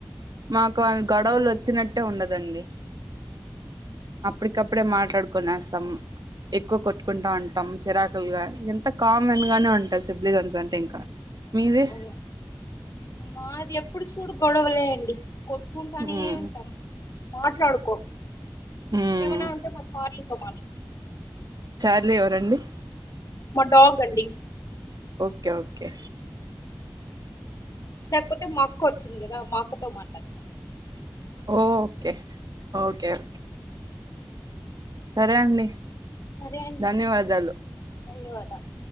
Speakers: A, on the right; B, on the left.
A: మాకు గొడవలు
B: ఓ
A: వచ్చినట్టే ఉండదండి అప్పటికప్పుడే మాట్ మాట్డుకునేస్తాం ఎక్కువ కొట్టుకుంటా ఉంటాంరాకు ల్ ఎంత కామన్ గానే ఉంటారు సిబ్లిగన్స్ అంటే ఇంకా మీది
B: అవునా మాది ఎప్పుడు చూడు గొడవలేయండి కొ చసుకుంటానే
A: ఉమ్
B: ఉంటాం మాట్లాడుకో
A: ఉమ్
B: ఏమనా ఉంటే మా కార్లతో మాట్లాడ
A: చార్ ఎవరండి
B: మడోగ గడి
A: ఓకే ఓకే
B: లేకపోతే మా అక్క వచ్చింది కదా మా అక్కతో మాట్లాడతం
A: ఓకే ఓకే ఓకే సరే అండి
B: సరే అండి
A: ధన్యవాదాలు
B: ధన్యవాదాలు